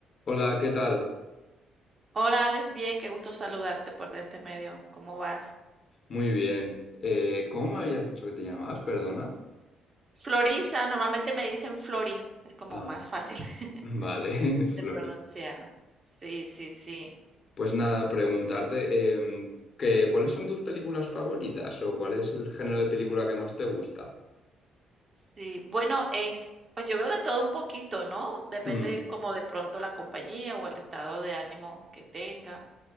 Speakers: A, on the left; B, on the right.
A: Hola, ¿qué tal?
B: Hola, Alex, bien, qué gusto saludarte por este medio. ¿Cómo vas?
A: Muy bien. Eh, ¿cómo me habías dicho que te llamabas? Perdona.
B: Florisa, normalmente me dicen Flori, es como
A: Ah,
B: más fácil <laughs>
A: vale, <laughs> Flori.
B: de pronunciar. Sí, sí, sí.
A: Pues nada, preguntarte em, que, ¿cuáles son tus películas favoritas o cuál es el género de película que más te gusta?
B: Sí, bueno, en- pues yo veo de todo un poquito, ¿no? Depende
A: Mm,
B: como de pronto la compañía o el estado de ánimo que tenga.